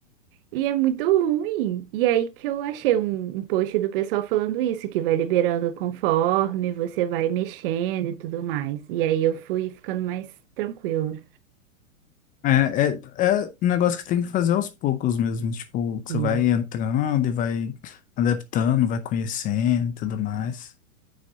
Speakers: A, on the right; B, on the left.
A: E é muito ruim. E aí que eu achei um, um post do pessoal falando isso, que vai liberando conforme você vai mexendo e tudo mais. E aí eu fui ficando mais tranquila.
B: É, é, é um negócio que tem que fazer aos poucos mesmo. Tipo, que
A: Sim.
B: você vai entrando e vai adaptando, vai conhecendo e tudo mais.